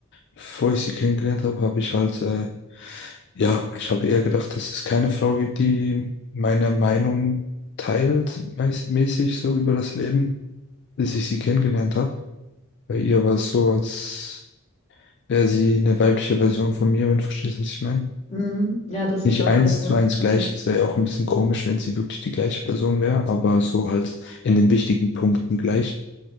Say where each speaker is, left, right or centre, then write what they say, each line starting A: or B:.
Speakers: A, on the left; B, on the left.
A: bevor ich sie kennengelernt habe, habe ich halt, äh, ja, ich habe eher gedacht, dass es keine Frau gibt, die meine Meinung teilt, meist- mäßig so über das Leben, bis ich sie kennengelernt habe. Bei ihr war es so, als wäre sie eine weibliche Version von mir, wenn du verstehst, was ich meine.
B: Mhm. Ja, das
A: Nicht
B: ist auch
A: eins
B: der Fall.
A: zu eins gleich,
B: Ja.
A: das wäre ja auch ein bisschen komisch, wenn sie wirklich die gleiche Person wäre, aber so halt in den wichtigen Punkten gleich.